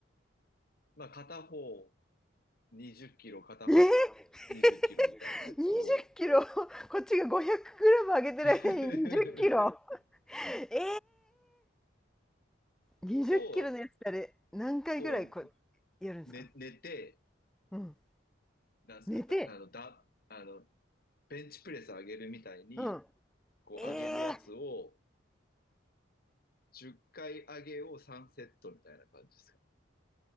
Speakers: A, on the left; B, in the centre.
A: まあ、片方20キロ片方、
B: えー、20キロ
A: 20キロみたいなやつを、
B: <laughs> こっちが500グラム上げてる間に20キロ
A: <laughs>
B: えー、20キロのやつってあれ何回ぐらいこうやるんですか
A: を、こう、寝、寝て、
B: うん
A: なんですか、
B: 寝て
A: だ、あの、だ、あの、ベンチプレス上げるみたいに、
B: うん
A: こう上げるやつを、
B: えー、
A: 10回上げを3セットみたいな感じですかね。